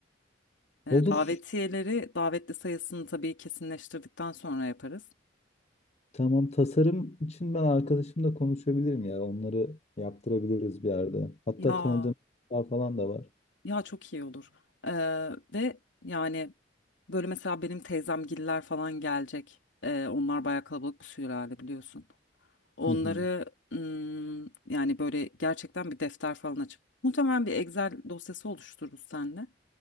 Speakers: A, on the left; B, on the left.
A: E,
B: Olur.
A: davetiyeleri davetli sayısını tabii kesinleştirdikten sonra yaparız.
B: Tamam tasarım için ben arkadaşımla konuşabilirim ya. Onları yaptırabiliriz bir yerde. Hatta
A: Ya
B: tanıdığım daha falan da var.
A: ya çok iyi olur. E, ve yani böyle mesela benim teyzemgiller falan gelecek. E, onlar bayağı kalabalık bir sülale biliyorsun. Onları
B: Hı hı,
A: mm, yani böyle gerçekten bir defter falan açıp muhtemelen bir Excel dosyası oluştururuz seninle.